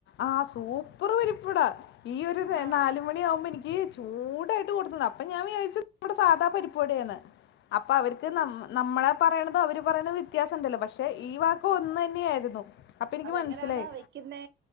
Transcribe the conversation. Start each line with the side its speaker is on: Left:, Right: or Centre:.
Left: ആഹ് സൂപ്പർ പരിപ്പുവടാ. ഈ ഒരു
Right: ആ
Left: നാലുമണി ആവുമ്പോ എനിക്ക് ഈ ചൂടായിട്ട് കൊടുത്തന്ന്. അപ്പൊ ഞാൻ വിചാരിച്ചു നമ്മുടെ സാധാ പരിപ്പുവടയാണ്. അപ്പൊ അവർക്ക് നം നമ്മളെ പറയണതും അവര് പറയണതും വ്യത്യാസം ഉണ്ടല്ലോ. പക്ഷെ ഈ വാ ക്കും ഒന്നു തന്നെയായിരുന്നു. അപ്പൊ എനിക്ക്
Right: അതെങ്ങനെയാന്നാ
Left: മനസ്സിലായി
Right: വെക്കുന്നേ?